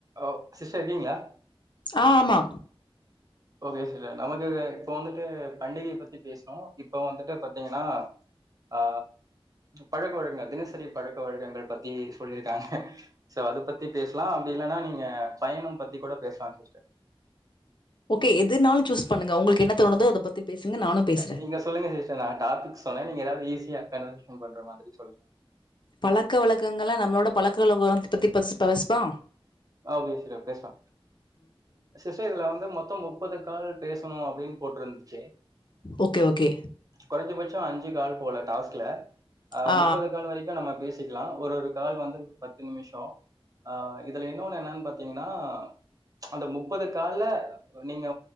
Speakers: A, on the right; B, on the left.
A: ஓ சிஸ்டர் இருக்கீங்ளா
B: ஆ ஆமா
A: ஓகே சிஸ்டர் நமக்கு இப்போ வந்துட்டு பண்டிகையை பத்தி பேசிணோ இப்போ வந்துட்டு பாத்தீங்கன்னா ஆ பழக்க வழக்க தினசரி பழக்க வழக்கங்கள் பத்தி சொல்லிருக்காங்க சோ அத பத்தி பேசலா அப்படி இல்லனா நீங்க பயணம் பத்தி கூட பேசலா சிஸ்டர்
B: ஓகே எதுனாலு சூஸ் பண்ணுங்க உங்களுக்கு என்ன தோணுதோ அத பத்தி பேசுங்க. நானும் பேசுறேன்.
A: நீங்க சொல்லுங்க சிஸ்டர் நா டாபிக் சொன்ன நீங்க எதாவது ஈஸி யா கன்வர்சேஷன் பண்ற மாரி சொல்லுங்க
B: பழக்க வழக்கங்கள்ல்லா நம்மளோட பழக்குகள பத்தி பத்தி ஃபர்ஸ்ட் பேசுறோ
A: ஓகே சரி அப்ப பேசலா சிஸ்டர் இதுல வந்து மொத்தோ மு ப்பதுகால் பேசணு அப்டின்னு போட்டிருந் ச்சு
B: ஓகே, ஓகே.
A: குறைந்சபட்சோ அஞ்சு கால் போல டாஸ்க்ல அ
B: ஆ
A: முப்பது கால் வரைக்கு நம்ம பேசி க்லா ஒரு கால் வந்து பத்து நிமிஷோ ஆ இன்னொன்னு என்னனு பாத்தீங்கன்னா ப்ச் அந்த முப்பது கால்ல நீங்க